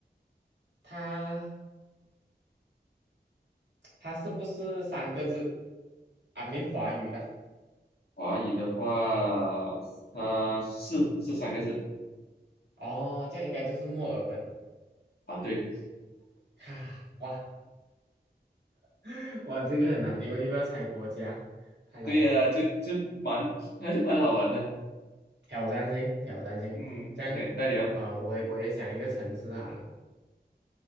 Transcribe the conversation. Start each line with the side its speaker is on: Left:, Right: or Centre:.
Right: 它它是不是三个字啊？闽华语啦。
Left: 华语的话，呃，是是三个字
Right: 哦，这样应该就是墨尔本。
Left: 啊，对
Right: 哈，哇 <laughs> 哇，这个很难，因为又要猜国家，太难了，
Left: 对呀、就就蛮还是蛮好玩的，
Right: 挑战性，挑战性。
Left: 嗯，
Right: 这样
Left: 那那你要
Right: 啊、呃我也我也想一个城市好了。